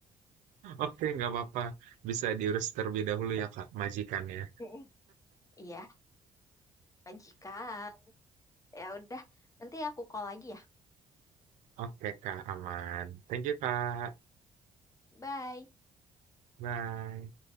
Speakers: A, on the right; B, on the left.
A: Oke, nggak apa-apa. Bisa diurus terlebih dahulu ya, Kak, majikannya.
B: <laughs> Mm-mm. Iya, majikan. Ya udah, nanti aku call lagi ya.
A: Oke, Kak, aman. Thank you, Kak.
B: Bye.
A: Bye.